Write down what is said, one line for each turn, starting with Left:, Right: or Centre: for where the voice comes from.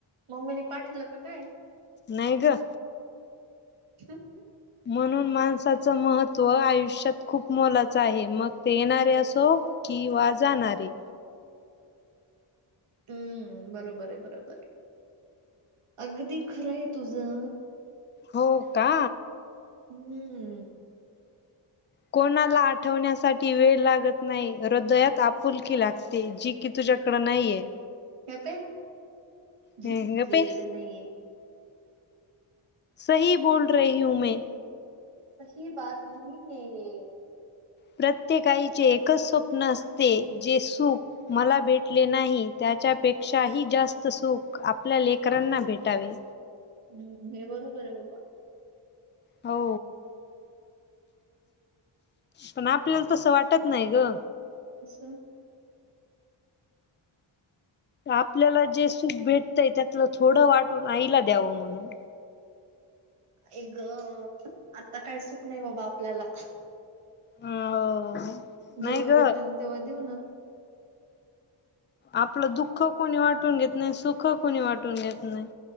Right: मम्मीने पाठवलं का काय?
Left: नाही ग.
Right: <unintelligible>
Left: म्हणून माणसाचं महत् त्व आयुष्यात खूप मोलाचा आहे. मग ते येणारे असो किंवा जाणारे.
Right: हम्म. बरोबर आहे. बरोबर आहे. अगदी खरं आहे तुझ. ज
Left: हो का,
Right: हम्म.
Left: कोणाला आठवण्यासाठी वेळ लागत नाही. हृदयात आपुलकी लागते. जी, कि तुझ्याकडं नाहीये.
Right: हे पाय झ्या
Left: हम्म गप्प ये
Right: कडे नाहीये,
Left: सही बोल रही हु मै,
Right: सही बाात नाही है ये,
Left: प्रत्येक आईचे एकच स्वप्न असते जे सुख, मला भेटले नाही त्याच्यापेक्षाही जास्त सुूख आपल्या लेकरांना भेटावे,
Right: हम्म हे बरोबर आहे बाबा,
Left: हो, पण आपल्याला तस वाटत नाही ग,
Right: कस
Left: आपल्याला जे सुप भेटतंय त्यातलं थोडं वाटून आईला द्यावं म्हणून,
Right: आए ग आता काय सुक नाही बाबा आपल्याला,
Left: अ नाही
Right: जेव्हा
Left: ग
Right: भेटन तेव्हा देऊ ना,
Left: आपलं दुःख कोणी वाटून घेत नाही सुख कोणी वाटून घेत नाही.